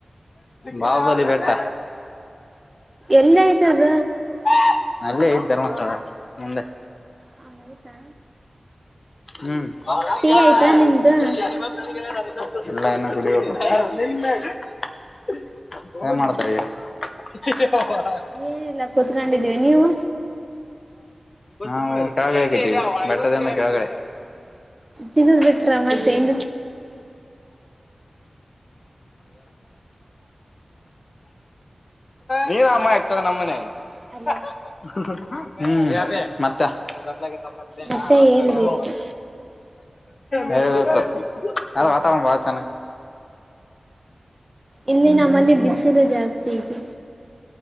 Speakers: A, on the left; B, on the right.
A: ಬಾಹುಬಲಿ ಬೆಟ್ಟ.
B: ಎಲ್ಲಿ ಆಯ್ತದ
A: <unintelligible> ಅಲ್ಲೇ ಐತಿ ಧರ್ಮಸ್ಥಳ ಮುಂದೆ.
B: ಹ ಹೌದಾ
A: ಹ್ಮ್
B: ಟೀ
A: ಬೆನ್ನ
B: ಆಯ್ತಾ
A: ಕ
B: ನಿಮ್ದು
A: ನ <unintelligible> ಇಲ್ಲ ಇನ್ನ ಕುಡಿಬೇಕು. ಹಾ ನ ಮ <inaudible> ಏನ್ ಮಾಡ್ತಾ ಇದೀರಾ. ಹ <inaudible>
B: ಏನಿಲ್ಲ ಕೂತ್ಕೊಂಡಿದೀವಿ ನೀವು
A: ನಾವು ಕಾಗೆ ಹಕಿದ್ದೀವಿ <inaudible> ಅದೇನಕ್ಕ ಕೆಳಗಡೆ
B: ತಿನ್ನೋದ ಬಿಟ್ರ ಮತ್ತೆ <inaudible>
A: ನೀನ್ ಅಮ್ಮಾ ಇರ್ತಾರ ನಮ್ಮನ್ಗಿ
B: ಅಲೋ
A: <inaudible> ಹ್ಮ್ ಮತ್ತ. ದಲೇತ
B: ಮತ್ತೆ ಹೇಳ್ಬೇಕು
A: <unintelligible> ಹೇಳ್ಬೇಕು. ಆದ್ರ ವಾತಾವರಣ ಬಾಳ ಚೆನ್ನಗೇತಿ.
B: ಇಲ್ಲಿ ನಮ್ಮಲ್ಲಿ ಬಿಸಿಲು ಜಾಸ್ತಿ ಇದೆ